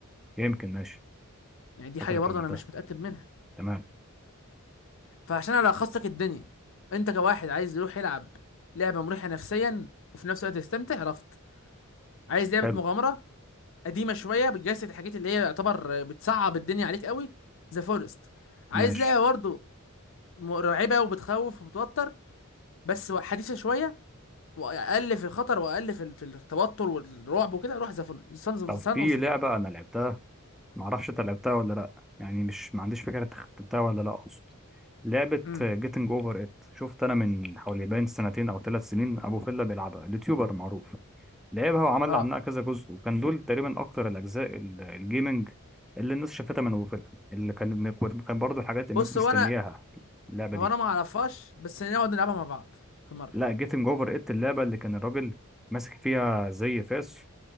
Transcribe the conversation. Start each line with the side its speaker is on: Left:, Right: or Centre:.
Centre: يمكن ماشي
Left: يعني دي
Centre: فاكر
Left: حاجه
Centre: كملتها
Left: برضه انا مش متاكد منها
Centre: تمام
Left: فعشان الخص لك الدنيا انت كواحد عايز يروح يلعب لعبه مريحه نفسيا وفي نفس الوقت يستمتع عرفت عايز لعبه
Centre: حلو
Left: مغامره قديمه شويه بتجسد الحاجات اللي هي يعتبر بتصعب الدنيا عليك قوي ذا فورست عايز
Centre: ماشي
Left: لعبه برضه مرعبه وبتخوف وبتوتر بس حديثه شويه واقل في الخطر واقل في في التوتر والرعب وكده روح ذا فورست سانز اوف
Centre: طب
Left: سان
Centre: في
Left: اوف ذا
Centre: لعبة
Left: فورست
Centre: انا لعبتها ما اعرفش انت لعبتها ولا لا يعني مش ما عنديش فكره انت ختمتها ولا لا اقصد لعبه
Left: امم
Centre: جيتنج اوفر ات شفت انا من حوالي باين سنتين او ثلاث سنين ابو فيلا بيلعبها اليوتيوبر معروف لعبها وعمل
Left: اه
Centre: عنها كذا جزء وكان دول تقريبا اكتر الاجزاء ال- الجيمنج اللي الناس شافتها من ابو فيلا اللي كان كان برضه حاجات الناس
Left: بص
Centre: مستنياها
Left: هو انا
Centre: اللعبه
Left: هو
Centre: دي
Left: انا ما اعرفهاش بس نقعد نلعبها مع بعض في مره
Centre: لا جيتنج اوفر ات اللعبه اللي كان الراجل ماسك فيها زي فاس